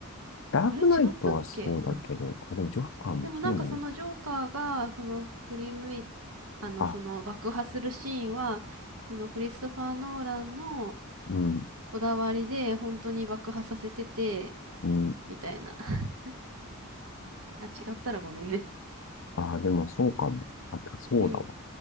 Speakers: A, on the left; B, on the right.
A: ダークナイトはそうだけど、
B: あれ違ったっけ
A: あ、でもジョーカーもそうなの
B: でもなんかそのジョーカーが、その振り向い、あの、
A: あ、
B: その爆破するシーンは、そのクリストファー・ノーランの
A: うん、
B: こだわりで本当に爆破させてて、
A: うん。
B: みたいな。<laughs> あ、違ったらごめんね。
A: あ、でもそうかも。あ、てかそうだわ。
B: うん。